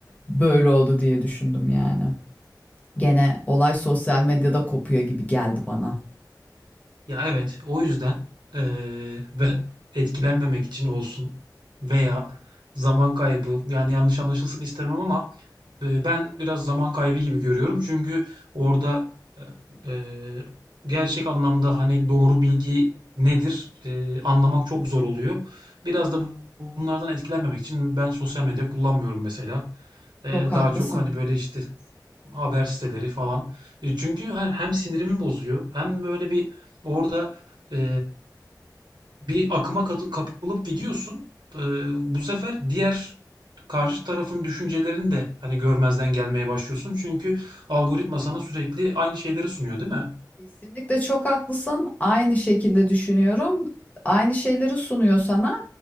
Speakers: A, on the left; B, on the right.
A: böyle oldu diye düşündüm yani. Gene olay sosyal medyada kopuyor gibi geldi bana.
B: Ya evet, o yüzden eee, ben etkilenmemek için olsun veya zaman kaybı yani yanlış anlaşılsın istemem ama e, ben biraz zaman kaybı gibi görüyorum. Çünkü orada e, e, gerçek anlamda hani doğru bilgi nedir e, anlamak çok zor oluyor. Biraz da bunlardan etkilenmemek için ben sosyal medya kullanmıyorum mesela. E,
A: Çok haklısın.
B: daha çok hani böyle işte haber siteleri falan. E, çünkü he- hem sinirimi bozuyor hem böyle bir orada e, bir akıma katı- kapılıp gidiyorsun. E, bu sefer diğer karşı tarafın düşüncelerini de hani görmezden gelmeye başlıyorsun. Çünkü algoritma sana sürekli aynı şeyleri sunuyor, değil mi?
A: Kesinlikle çok haklısın. Aynı şekilde düşünüyorum. Aynı şeyleri sunuyor sana.